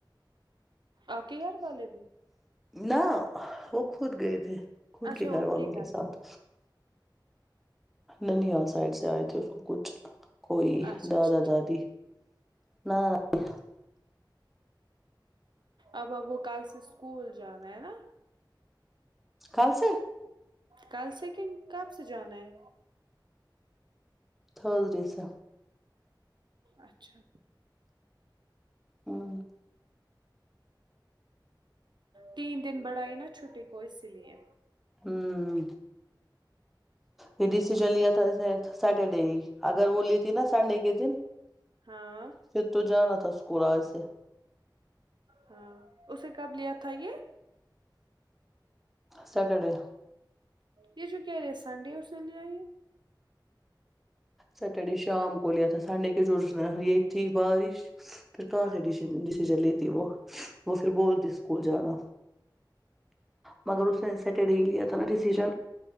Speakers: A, on the right; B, in the centre.
A: آپ کہ گھر والے بھی
B: نہ وہ خود گئے تھے خود
A: اچھا
B: کے گھر
A: ان
B: والوں کے ساتھ
A: والے
B: ننیاال سائڈ سے آئے تھے اس کو کچھ کوئی
A: اچھا
B: دادا
A: اچھا
B: دادی نہ نہیں
A: اب اب کو کل سے اسکول جانا ہے نا
B: کل سے
A: کل سے کہن کب سے جانا ہے
B: تھرسڈے سے
A: اچھا
B: ہمم
A: تین دن بڑھائی نا چھٹی کو اسی لیے
B: ہوں یہ ڈیشیژن لیا تھا اس نے سٹرڈے اگر وہ لی تھی نا سنڈے کے دن
A: ہاں
B: پھر تو جانا تھا اسکول آج سے
A: ہاں اسے کب لیا تھا یہ
B: سیٹرڈے
A: یہ جوک یہ سنڈے اس سے لیا یہ
B: سٹرڈے شام کو لیا تھا سنڈے کے جو یہ تھی بارش پھر کہاں سے
A: اچھا
B: ڈسیژن لیتی وہ وہ پھر بولتی اسکول جانا مگر اس نے سیٹرڈے لیا تھا نا ڈسیجن